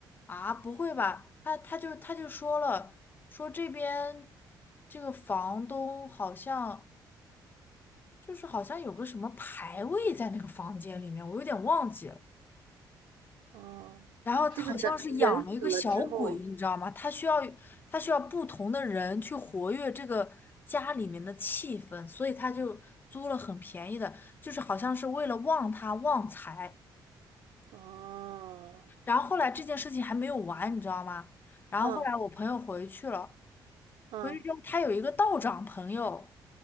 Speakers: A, on the left; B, on the right.
A: 啊，不会吧？他他就他就说了，说这边这个房东好像就是好像有个什么牌位在那个房间里面，我有点忘记了。
B: 哦，
A: 然后好像是养了一个小鬼，
B: 是不是人人死了之后？
A: 你知道吗？他需要他需要不同的人去活跃这个家里面的气氛，所以他就租了很便宜的，就是好像是为了旺他旺财。
B: 哦，
A: 然后后来这件事情还没有完，你知道吗？然后后来我朋友回去了，
B: 嗯嗯
A: 回去之后他有一个道长朋友，